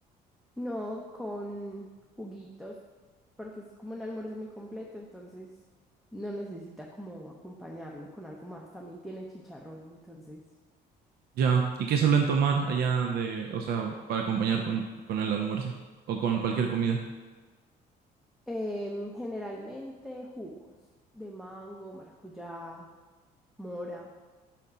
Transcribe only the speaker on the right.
Ya. ¿Y qué suelen tomar allá de, o sea, para acompañar con, con el almuerzo o con cualquier comida?